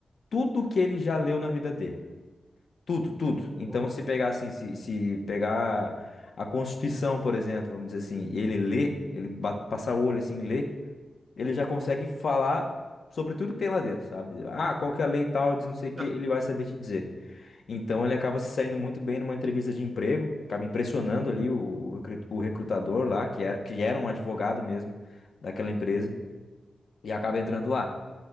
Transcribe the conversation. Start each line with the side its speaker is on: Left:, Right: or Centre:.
Left: tudo que ele já leu na vida dele. Tudo, tudo.
Right: Pô,
Left: Então, se
Right: cara.
Left: pegar assim, se, se pegar a Constituição, por exemplo, vamos dizer assim, e ele lê, ele ba- passar o olho assim, e lê, ele já consegue falar sobre tudo que tem lá dentro, sabe? Ah, qual que é a lei tal de não sei o quê,
Right: Ah,
Left: ele vai saber te dizer. Então, ele acaba
Right: Aham.
Left: se saindo muito bem numa entrevista de emprego, acaba impressionando ali o, o recru- o recrutador lá, que era, que era um advogado mesmo daquela empresa, e acaba entrando lá.